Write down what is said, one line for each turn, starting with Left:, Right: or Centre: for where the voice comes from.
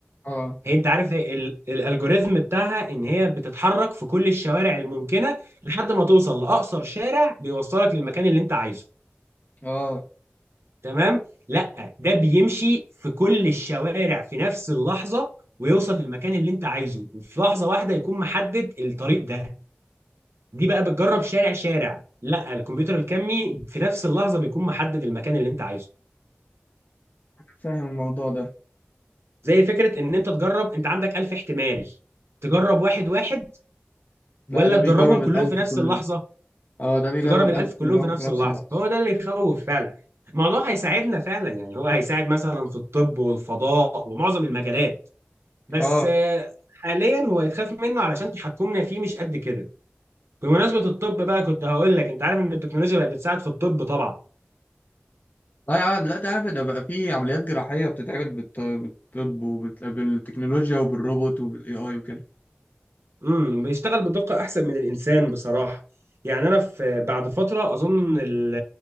Left: اه
Right: هي انت عارف هي ال- الالجوريزم بتاعها ان هي بتتحرك في كل الشوارع الممكنه لحد ما توصل لاقصر شارع بيوصلك للمكان اللي انت عايزه
Left: اه
Right: تمام لا ده بيمشي في كل الشوارع في نفس اللحظه ويوصل للمكان اللي انت عايزه وفي لحظه واحده يكون محدد الطريق ده دي بقى بتجرب شارع شارع لا الكمبيوتر الكمي في نفس اللحظه بيكون محدد المكان اللي انت عايزه
Left: فاهم الموضوع ده
Right: زي فكره ان انت تجرب انت عندك 1000 احتمال تجرب واحد واحد
Left: لا
Right: ولا
Left: ده بيجرب
Right: تجربهم كلهم
Left: الألف
Right: في نفس
Left: كله
Right: اللحظه
Left: اه ده بيجرب
Right: تجرب
Left: الألف
Right: الألف كلهم
Left: كلهم
Right: في نفس
Left: في نفس
Right: اللحظة
Left: اللحظة
Right: هو ده اللي يخوف فعلا الموضوع هيساعدنا فعلا يعني هو هيساعد مثلا في الطب والفضاء ومعظم المجالات بس
Left: اه
Right: آه، حاليا هو يتخاف منه علشان تحكمنا فيه مش قد كده بمناسبة الطب بقى كنت هقول لك انت عارف ان التكنولوجيا بقت بتساعد في الطب طبعا
Left: لا يا عم لا تعرف ده بقى في عمليات جراحية بتتعمل بالط- بالطب وبالتكنولوجيا وبالروبوت وبالاي اي وكده
Right: امم بيشتغل بدقة احسن من الانسان بصراحة يعني انا في بعد فترة اظن ال-